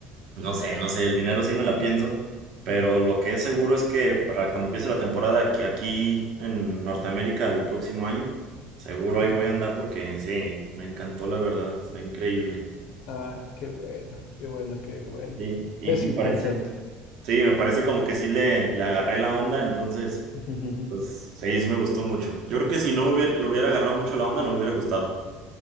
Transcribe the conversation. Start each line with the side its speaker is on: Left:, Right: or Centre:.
Right: No sé, no sé, el dinero sí me la pienso, pero
Left: sí,
Right: lo que es seguro es que para cuando empiece la temporada aquí, aquí en Norteamérica
Left: ujú,
Right: el próximo año, seguro ahí
Left: ujú.
Right: voy a andar porque sí, me encantó la verdad, está increíble.
Left: Ah, qué bueno, qué bueno, qué bueno.
Right: Sí, y
Left: Es
Right: me
Left: importante.
Right: parece, sí, me parece como que sí le, le agarré la onda, entonces,
Left: Ujú,
Right: pues sí, sí me gustó mucho. Yo creo que si no me hubiera, le hubiera agarrado mucho la onda, no me hubiera gustado.